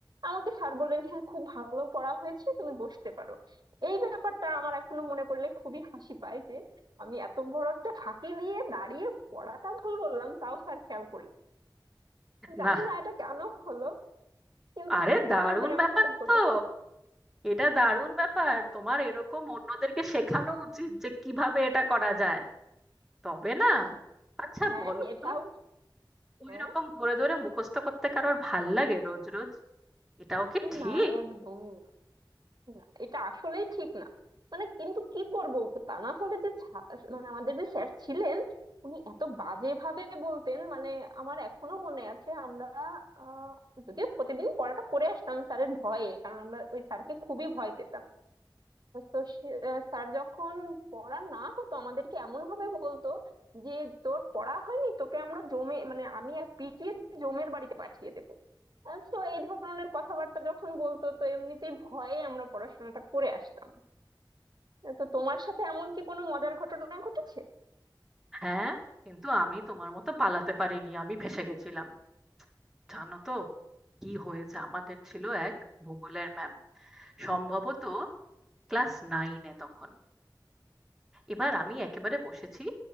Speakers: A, on the right; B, in the centre.
A: আমাকে স্যার বললেন হ্যাঁ খুব ভালো পড়া হয়েছে তুমি বসতে পারো এই ব্যাপারটা আমার এখনো মনে পড়লে খুবই হাসি পায় যে আমি এত বড় একটা ফাঁকি দিয়ে দাঁড়িয়ে পড়াটা ভুল বললাম তাও স্যার খেয়াল করলেন জানি
B: না
A: না এটা কেন হলো কিন্তু
B: আরে দারুণ
A: এমনটাই আমার
B: ব্যাপার
A: সাথে ঘটেছে
B: তো এটা দারুণ ব্যাপার তোমার এরকম অন্যদেরকে শেখানো উচিত যে কিভাবে এটা করা যায় তবে না আচ্ছা
A: হ্যাঁ
B: বলো
A: এটাও
B: তো ওই
A: হ্যাঁ
B: রকম ধরে ধরে মুখস্থ করতে কারোর ভাল লাগে রোজ রোজ এটাও কি ঠিক
A: না একদমই না এটা আসলেই ঠিক না মানে কিন্তু কি করব তা না হলে যে ছা- মানে আমাদের যে স্যার ছিলেন উনি এত বাজে ভাবে বলতেন মানে আমার এখনো মনে আছে আমরা আহ, যদিও প্রতিদিন পড়াটা করে আসতাম স্যারের ভয়ে কারণ আমরা ওই স্যারকে খুবই ভয় পেতাম তো স্যার যখন পড়া না হতো আমাদেরকে এমন ভাবে বলতো যে তোর পড়া হয়নি তোকে আমরা জমে মানে আমি আর পিটিয়ে জমের বাড়িতে পাঠিয়ে দেবো তো এই ধরনের কথাবার্তা যখন বলতো তো এমনিতেই ভয়ে আমরা পড়াশোনাটা করে আসতাম তো তোমার সাথে এমন কি কোনো মজার ঘটনা ঘটেছে
B: হ্যাঁ কিন্তু আমি তোমার মতো পালাতে পারিনি আমি ফেঁসে গেছিলাম জানো তো কি হয়েছে আমাদের ছিল এক ভূগোলের ম্যাম সম্ভবত ক্লাস নাইনে তখন এবার আমি একেবারে বসেছি